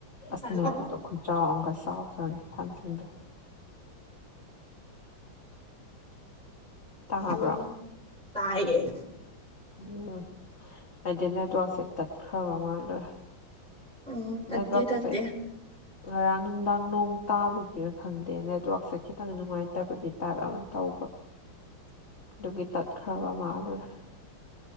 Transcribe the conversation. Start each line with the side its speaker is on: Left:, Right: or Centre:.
Left: ꯑꯁ
Centre: ꯍꯜꯂꯣ
Left: ꯃꯔꯨꯗꯣ ꯈꯨꯆꯥꯥꯎ ꯑꯝꯒ ꯆꯥꯎꯖꯥꯠꯅꯤ ꯊꯥꯡꯖꯤꯡꯗꯣ ꯇꯥꯕ꯭ꯔꯣ
Centre: ꯎꯝ ꯇꯥꯏꯌꯦ
Left: ꯎꯝ ꯑꯩꯗꯤ ꯅꯦꯠꯋꯥꯛꯁꯦ ꯇꯠꯈ꯭ꯔꯕ ꯃꯥꯜꯂꯨꯔꯦ
Centre: ꯎꯝ ꯇꯠꯇꯦ
Left: ꯅꯦꯠꯋꯥꯛꯁꯦ
Centre: ꯇꯠꯇꯦ <inaudible>
Left: ꯉꯔꯥꯡ ꯅꯨꯡꯗꯥꯡ ꯅꯣꯡ ꯇꯥꯕꯒꯤꯔ ꯈꯪꯗꯦ ꯅꯦꯠꯋꯥꯛꯁꯦ ꯈꯤꯇꯪ ꯅꯨꯡꯉꯥꯏꯇꯕꯒꯤ ꯇꯥꯏꯞ ꯑꯃ ꯇꯧꯕ
Centre: <inaudible>
Left: ꯑꯗꯨꯒꯤ ꯇꯠꯈ꯭ꯔꯕ ꯃꯥꯜꯂꯨꯔꯦ